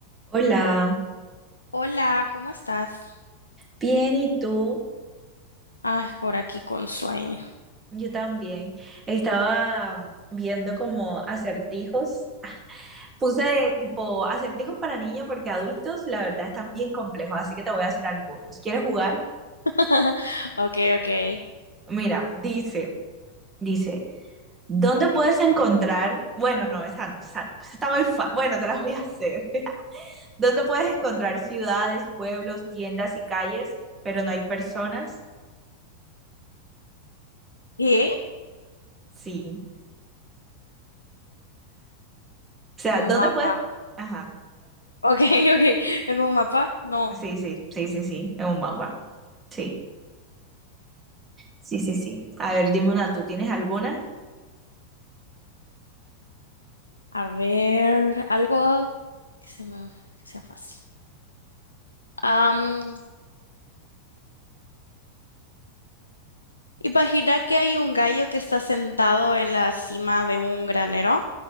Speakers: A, on the right (about 15°); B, on the left (about 80°).
A: Hola,
B: Hola, ¿cómo estás?
A: bien, ¿y tú?
B: Ay, por aquí con sueño.
A: Yo también. Estaba viendo como acertijos. Puse tipo acertijos para niños porque adultos la verdad están bien complejos, así que te voy a hacer algunos. ¿Quieres jugar?
B: <laughs> Ok, ok.
A: Mira, dice, dice, ¿dónde puedes encontrar? Bueno, no, esa no, esa no, esa está muy fácil. Bueno, te las voy a hacer. <laughs> ¿Dónde puedes encontrar ciudades, pueblos, tiendas y calles, pero no hay personas?
B: ¿Qué?
A: Sí. O sea,
B: Un
A: ¿dónde
B: mapa.
A: puedes? Ajá.
B: Ok, <laughs> ok. ¿Tengo un mapa? No.
A: Sí, sí, sí, sí, sí, es un mapa. Sí, sí, sí, sí. A ver, dime una, ¿tú tienes alguna?
B: A ver, algo que se me, que sea fácil. Am, imagina que hay un gallo que está sentado en la cima de un granero.